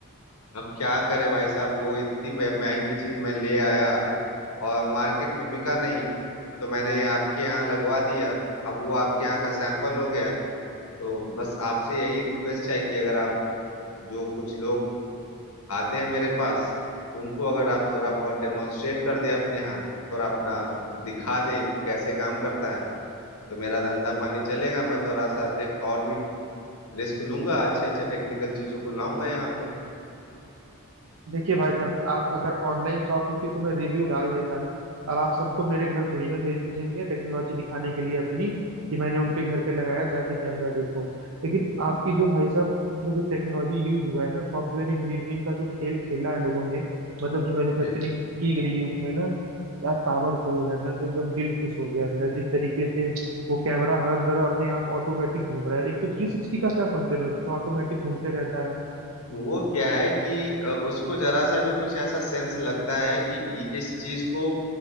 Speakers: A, on the left; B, on the right.
A: अब क्या करे भाई साहब वो इतनी मह- महंगी चीज मैं ले आया और मार्केट में बिका नहीं तो मैंने आपके यहाँ लगवा दिया अब वो आपके यहाँ का सैंपल हो गया तो बस आपसे यही रिक्वेस्ट है कि अगर आप जो कुछ लोग आते हैं मेरे पास उनको अगर आप थोड़ा बहुत डेमोन्स्ट्रेट कर दें अपने यहाँ थोड़ा अपना दिखा दें कि कैसे काम करता है तो मेरा धंधा पानी चलेगा मैं थोड़ा सा टेक और भी रिस्क लूंगा अच्छे अच्छे टेक्निकल चीजों को लाऊंगा यहाँ पे
B: देखिए भाई साहब आप अगर ऑनलाइन शॉप होती तो मैं रिव्यू डाल देता अब आप सबको मेरे घर थोड़ी ना भेजेंगे टेक्नोलॉजी दिखाने के लिए अपनी कि मैंने उनके घर पे लगाया जाके कैमरा देखो लेकिन आपकी जो भाई साहब इसमें जो टेक्नोलॉजी यूज हुआ है ना सॉफ्टवेयर इंजीनियरिंग का जो खेल खेला है लोगों ने मतलब जो मैन्युफैक्चरिंग
A: जी
B: की गई है उसमें ना क्या ताबड़ तोड़ है मैं तो एकदम दिल खुश हो गया मेरा जिस तरीके से वो कैमरा हर जगह अपने आप ऑटोमेटिक घूम रहा है एक तो थ्री सिक्सटी का क्या फंक्शन है उसमें ऑटोमेटिक घूमते रहता है
A: वो क्या है कि अ, उसको जरा सा भी कुछ ऐसा सेंस लगता है कि ये- इस चीज को